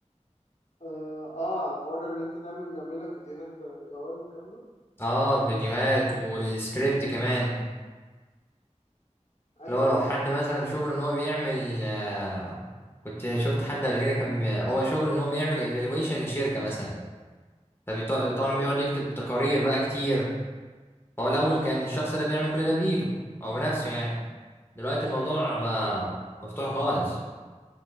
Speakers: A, on the left; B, on the left.
A: آه, آه الحوار اللي أنت تعمل يعمل لك فيديوهات اي أي والكلام ده
B: اه فيديوهات والسكريبت كمان
A: أيوه
B: لو لو
A: أيوه
B: حد
A: أيوه
B: مثلا شغله ان هو بيعمل آه كنت شفت حد قبل كده كان بي- هو شغل ان هو بيعمل ايفالويشن لشركة مثلا فطبعا
A: تمام
B: بيقعد يكتب تقارير بقى كتير فهو
A: مم،
B: الاول كان الشخص ده بيعمل كل ده بايده او بنفسه يعني دلوقتي الموضوع
A: أيوه
B: بقى مفتوح خالص